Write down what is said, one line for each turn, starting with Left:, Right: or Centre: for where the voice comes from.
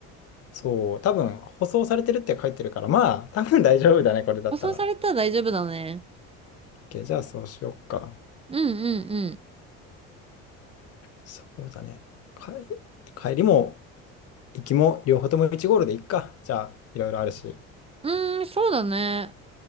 Left: そう、多分、舗装されてるって書いてるから、まあ、多分大丈夫だね、これだったら。
Right: 舗装されたら大丈夫だね。
Left: OK、じゃあそうしよっか。
Right: うんうん
Left: そうだね。か帰りも行きも両方とも1ゴールで行くか。じゃあ、いろいろあるし。
Right: うん。うーん、そうだね。